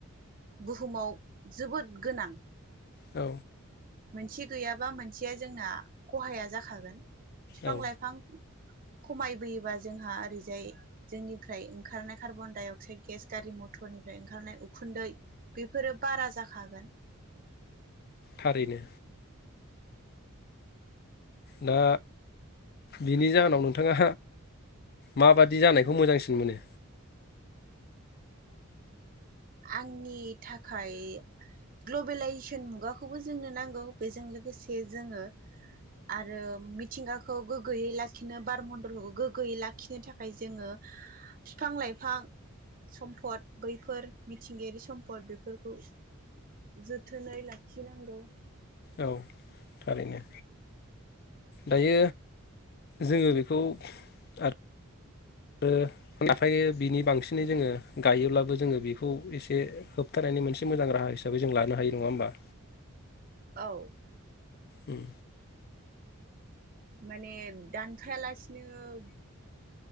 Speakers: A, on the right (about 40°); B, on the left (about 45°).
A: बुहुमाव जोबोद गोनां।
B: औ
A: मोनसे गैयाबा मोनसेया जोंना खहाया जाखागोन। फिफां
B: औ
A: लाइफां खमायबोयोबा जोंहा ओरैजाय जोंनिफ्राय ओंखारनाय कार्बन दडाइ अक्साइड गेस गारि मटरनिफ्राय ओंखारनाय उखुन्दै बेफोरो बारा जाखागोन
B: थारैनो दा बिनि जाहोनाव नोंथाङा माबादि जानायखौ मोजांसिन मोनो?
A: आंनि थाखाय ग्लबेलाइजेसन मुगाखौबो जोंनो नांगौ बेजों लोगोसे जोङो आरो मिथिंगाखौ गोग्गोयै लाखिनो बार मन्दलफोरखौ गोग्गोयै लाखिनो थाखाय जोङो फिफां लाइफां सम्फद बैफोर मिथिंगायारि सम्पद बेफोरखौ जोथोनै लाखिनांगौ।
B: औ थरैनो। दायो जोङो बेखौ आरो आरो नाथाय बिनि बांसिनै जोङो गायोब्लाबो जोङो बेखौ एसे होबथानायनि मोनसे मोजां राहा हिसाबै जों लानो हायो नङा होमबा।
A: औ
B: उम
A: माने दानफायालासि नोब